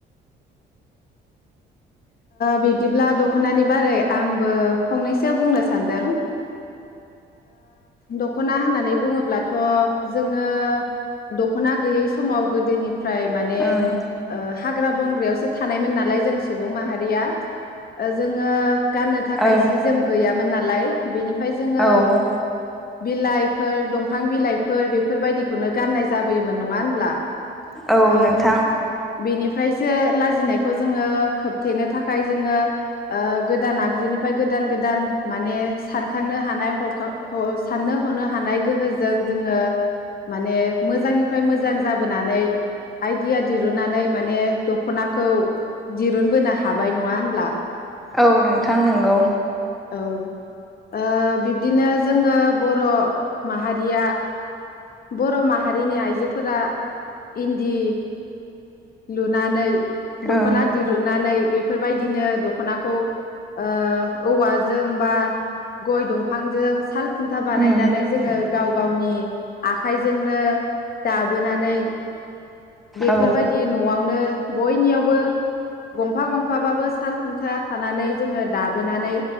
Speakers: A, on the left; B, in the centre.
A: बिब्दिब्ला दख'नानि बारै आंबो फंनैसो बुंनो सानदों दख'ना होननानै बुङोब्लाथ' जोङो दख'ना गैयै समाव गोदोनि फ्राय माने
B: ओं
A: ओ बंग्रायावसो थानायमोन नालाय जों सुबुं माहारि रिया जोङो गाननो थाखाय
B: ओं
A: जि जोम गैया मोन नालाय बिनिफ्राय जोङो
B: औ
A: बिलाइफोर दंफां बिलाइफोर बेफोरबायदिखौनो गाननाय जाबोयोमोन नङा होनब्ला?
B: औ
A: ओ
B: नोंथां।
A: बेनिफ्रायसो लाजिनायखौ जोङो खोबथेनो थाखाय जोङो ओ गोदान आगजुनिफ्राय गोदान गोदान माने सानखांनो हानाय ह साननो हनो हानाय गोहोजों जोङो माने मोजांनिफ्राय मोजां जाबोनानै आइडिया दिरुननानै माने दख'नाखौ दिरुनबोनो हाबाय नङा होनब्ला?
B: औ नोंथां नंगौ।
A: औ औ बिब्दिनो जोङो बर' माहारिया बर' माहारिनि आइजोफोरा इन्दि लुनानै दख'ना
B: ओं
A: दिरुननानै बेफोरबायदिनो दख'नाखौ ओ औवाजों बा गय दंफांजों साल खुन्था बानायनानै
B: उम
A: जोङो गाव गावनि आखाइजोंनो दाबोनानै बेफोरबायदि
B: औ
A: न'आवनो बयनियावबो गंफा गंफाबाबो साल खुन्थिया थानानै जोङो दाबोनो नानै